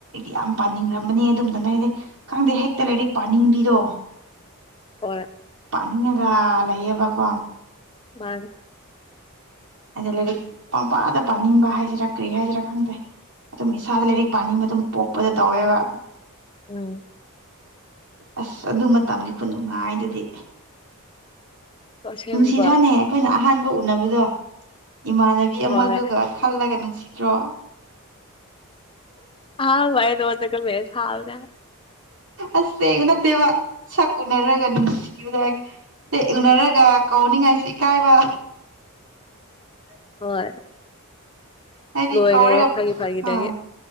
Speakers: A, on the right (about 80°); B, on the left (about 25°).
A: ꯌꯥꯝ ꯄꯥꯅꯤꯡꯔꯝꯕꯅꯦ ꯑꯗꯨꯝꯇꯝꯗ ꯍꯥꯏꯗꯤ ꯈꯪꯗꯦ ꯍꯦꯛꯇ ꯂꯥꯏꯔꯤꯛ ꯄꯥꯅꯤꯡꯕꯤꯔꯣ
B: ꯍꯣꯏ
A: ꯅꯤꯡꯉꯒ ꯂꯩꯌꯦꯕꯀꯣ
B: ꯃꯥꯅꯤ
A: ꯑꯗ ꯂꯥꯏꯔꯤꯛ ꯄꯪꯄꯥꯗ ꯄꯥꯅꯤꯡꯕ ꯍꯥꯏꯁꯤꯔ ꯀꯔꯤ ꯍꯥꯏꯁꯤꯔ ꯈꯪꯗꯦ ꯑꯗꯨꯝ ꯏꯁꯥꯗ ꯂꯥꯏꯔꯤꯛ ꯄꯥꯅꯤꯡꯕ ꯑꯗꯨꯝ ꯄꯣꯛꯄꯗ ꯇꯧꯋꯦꯕ
B: ꯎꯝ
A: ꯑꯁ ꯑꯗꯨ ꯃꯇꯝꯒꯤ ꯈꯨꯅꯨꯡꯉꯥꯏꯗꯨꯗꯤ
B: ꯑꯁꯦꯡꯕ
A: ꯅꯨꯡꯁꯤꯗ꯭ꯔꯥꯅꯦ ꯑꯈꯣꯏꯅ ꯑꯍꯥꯟꯕ ꯎꯅꯕꯗꯣ ꯏꯃꯥꯟꯅꯕꯤ
B: ꯍꯣꯏ
A: ꯑꯃꯗꯨꯒ ꯈꯜꯂꯒ ꯁꯤꯗ꯭ꯔꯣ
B: ꯍꯥꯥꯎ ꯏ ꯅ ꯋꯥꯅꯒꯃꯦꯁꯥꯎꯗ
A: ꯑꯁꯦꯡ ꯅꯠꯇꯦꯕ ꯁꯛ ꯎꯅꯔꯒ ꯅꯨꯡꯁꯤꯕꯗꫭ꯫ ꯇ‌ꯦ ꯎꯅꯔꯒ ꯀꯧꯅꯤꯡꯉꯥꯏꯁꯨ ꯏꯀꯥꯏꯕ꯫
B: ꯍꯣꯏ꯫
A: ꯍꯥꯏꯗꯤ
B: ꯂꯣꯏꯈ꯭ꯔꯦ
A: ꯀꯧꯔ‌ꯦ
B: ꯐꯥꯒꯤ ꯐꯥꯒꯤꯗꯒꯤ
A: ꯑ꯫